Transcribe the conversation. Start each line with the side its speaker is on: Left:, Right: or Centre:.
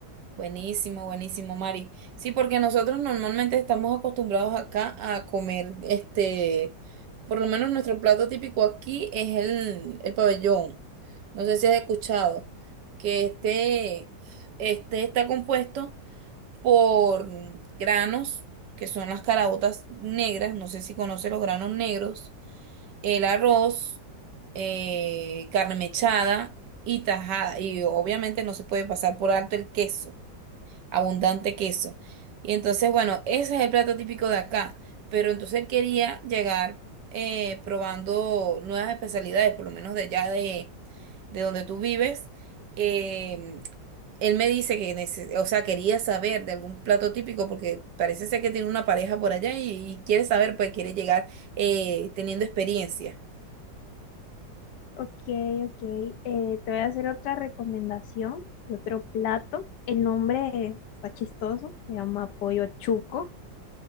Right: Buenísimo, buenísimo, Mari. Sí, porque nosotros normalmente estamos acostumbrados acá a comer, este, por lo menos nuestro plato típico aquí es el, el pabellón. No sé si has escuchado que este, este está compuesto. por granos, que son las caraotas negras, no sé si conoce los granos negros, el arroz, eh, carne mechada y tajada. Y obviamente no se puede pasar por alto el queso, abundante queso. Y entonces, bueno, ese es el plato típico de acá. Pero entonces él quería llegar eh, probando nuevas especialidades, por lo menos de allá de, de donde tú vives. Em, él me dice que, nece- o sea, quería saber de algún plato típico porque parece ser que tiene una pareja por allá y, y quiere saber, pues quiere llegar eh, teniendo experiencia.
Left: Ok, ok. eh, te voy a hacer otra recomendación de otro plato. El nombre está chistoso, se llama pollo chuco.